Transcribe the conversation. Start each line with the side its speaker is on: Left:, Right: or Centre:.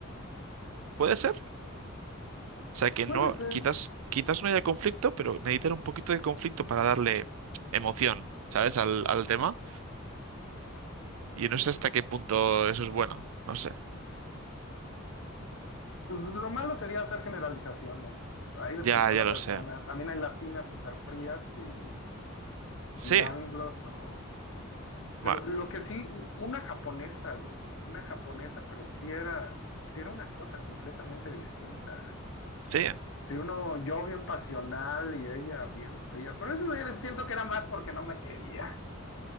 Right: ¿Puede ser? O sea, que
Left: Puede
Right: no,
Left: ser.
Right: quizás, quizás no haya conflicto, pero necesitan un poquito de conflicto para darle emoción, ¿sabes? Al, al tema. Y no sé hasta qué punto eso es bueno. No sé.
Left: Pues lo malo sería hacer generalizaciones. Hay de
Right: Ya,
Left: persona
Right: ya
Left: a
Right: lo
Left: persona.
Right: sé.
Left: También hay latinas súper frías y,
Right: Sí,
Left: y anglos o...
Right: bueno,
Left: Pero lo que sí, u- una japonesa, güey. Una japonesa, pero sí era, sí era una cosa completamente distinta.
Right: sí.
Left: Si uno, yo bien pasional y ella bien fría, pero eso era- siento que era más porque no me quería.